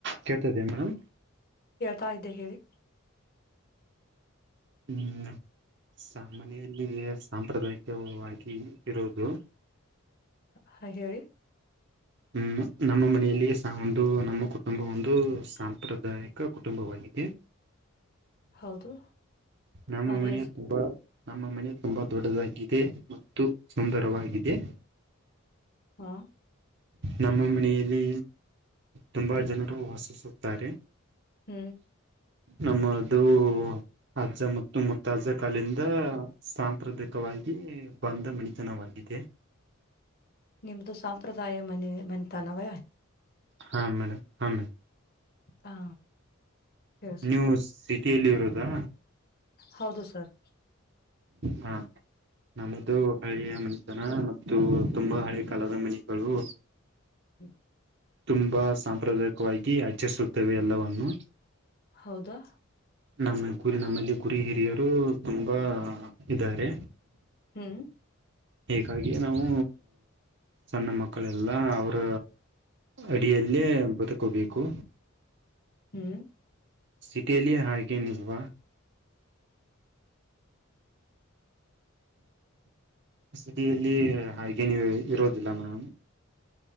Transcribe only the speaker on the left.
ತಾ ಇದ್ದೆ ಹೇಳಿ
ಹಾ ಹೇಳಿ
ಹೌದು
ಹಾ
ಹೇಳಿ ಸರ್
ಹಾ
ಹ್ಮ್
ನಿಮ್ದು ಸಾಂಪ್ರದಾಯ ಮನೆ ಮತಾನವ
ಹಾ ಹೇಳಿ ಸರ್
ಹೌದು ಸರ್
ಹ್ಮ್.
ಹೌದಾ
ಹ್ಮ್
ಹ್ಮ್